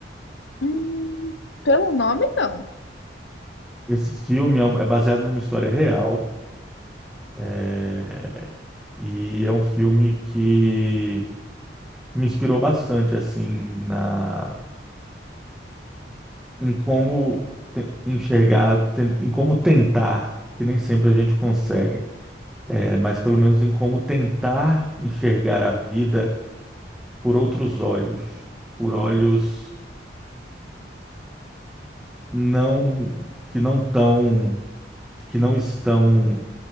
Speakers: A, on the left (about 80°); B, in the centre.
A: Hum, pelo nome, não.
B: Esse filme é um- é baseado numa história real É, e é um filme que me inspirou bastante assim na em como te- enxergar, ten- em como tentar, que nem sempre a gente consegue, é, mas pelo menos em como tentar enxergar a vida por outros olhos, por olhos não que não tão que não estão